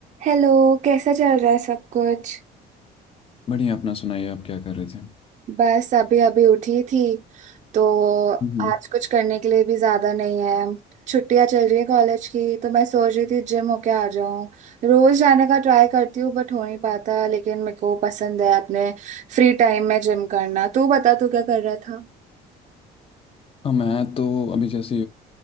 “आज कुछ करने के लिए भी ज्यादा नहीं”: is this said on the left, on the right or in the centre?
Right